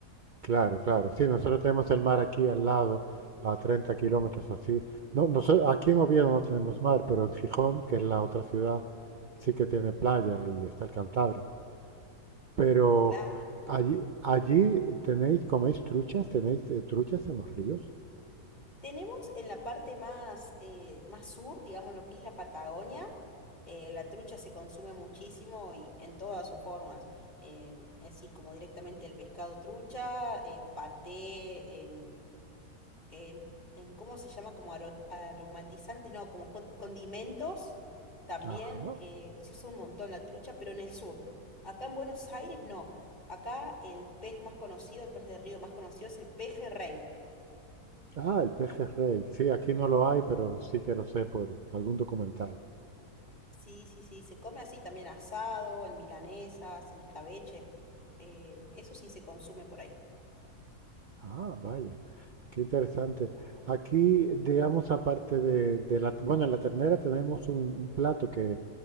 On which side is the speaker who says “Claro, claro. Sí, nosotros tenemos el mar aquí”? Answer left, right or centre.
Right